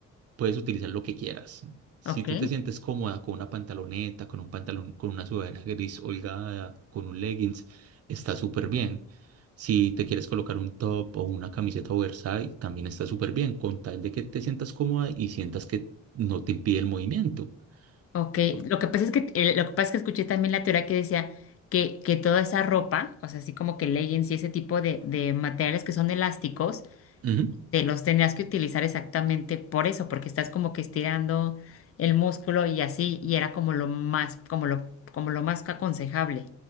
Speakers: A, on the right (about 55°); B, on the left (about 50°).
A: puedes utilizar lo que quieras. Si
B: Ok.
A: tú te sientes cómoda con una pantaloneta, con un pantalón, con una sudadera gris holgada, con un leggings, está súper bien. Si te quieres colocar un top o una camiseta oversize, también está súper bien, con tal de que te sientas cómoda y sientas que no te impide el movimiento.
B: Ok,
A: Por-
B: lo que pasa es que eh, lo que pasa es que escuché también la teoría que decía que, que toda esa ropa, o sea, así como que leggings y ese tipo de, de materiales que son elásticos,
A: Ujú.
B: te los tenías que utilizar exactamente por eso, porque estás como que estirando el músculo y así, y era como lo más, como lo, como lo más aconsejable.